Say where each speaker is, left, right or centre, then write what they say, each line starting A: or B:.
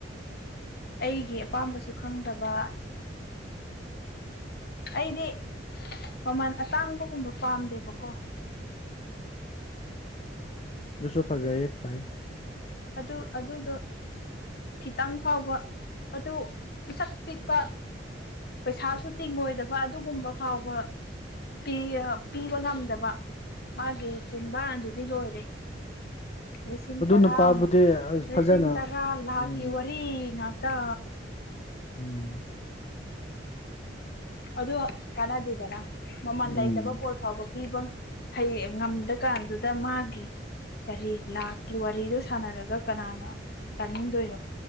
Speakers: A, on the left; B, on the left.
A: ꯑꯩꯒꯤ ꯑꯄꯥꯝꯕꯁꯨ ꯈꯪꯗꯕ ꯑꯩꯗꯤ ꯃꯃꯜ ꯑꯇꯥꯡꯕꯒꯨꯝꯕ ꯄꯥꯝꯗꯦꯕꯀꯣ
B: ꯗꯨꯁꯨ ꯐꯖꯩꯌꯦ ꯍꯥꯢ
A: ꯑꯗꯨ ꯑꯗꯨꯗꯣ ꯈꯤꯇꯪ ꯐꯥꯎꯕ ꯑꯗꯨ ꯄꯤꯁꯛ ꯄꯤꯛꯄ ꯄꯩꯁꯥꯁꯨ ꯇꯤꯡꯉꯣꯏꯗꯕ ꯑꯗꯨꯒꯨꯝꯕ ꯐꯥꯎꯕ ꯄꯤꯕ ꯄꯤꯕ ꯉꯝꯗꯕ ꯃꯥꯒꯤ ꯆꯤꯟꯕꯥꯟꯗꯨꯗꯤ ꯂꯣꯏꯔꯦ ꯂꯤꯁꯤꯡ
B: ꯑꯗꯨ
A: ꯇꯔꯥꯃꯨꯛ
B: ꯅꯨꯄꯥꯕꯨꯗꯤ ꯑꯁ
A: ꯂꯤꯁꯤꯡ
B: ꯐꯖꯅ
A: ꯇꯔꯥ ꯂꯥꯛꯀꯤ
B: ꯎꯝ
A: ꯋꯥꯔꯤ ꯉꯥꯛ ꯇ
B: ꯎꯝ
A: ꯑꯗꯨ ꯀꯅꯥꯗꯦꯗꯅ ꯃꯃꯜ
B: ꯎꯝ
A: ꯂꯩꯇꯕ ꯄꯣꯠ ꯐꯥꯎꯕ ꯄꯤꯕ ꯍꯩꯌꯦꯡ ꯉꯝꯗ ꯀꯥꯟꯗꯨꯗ ꯃꯥꯒꯤ ꯀꯔꯤ ꯂꯥꯛꯀꯤ ꯋꯥꯔꯤꯗꯣ ꯁꯥꯟꯅꯔꯒ ꯀꯅꯥꯅ ꯇꯥꯅꯤꯡꯗꯣꯏꯅꯣ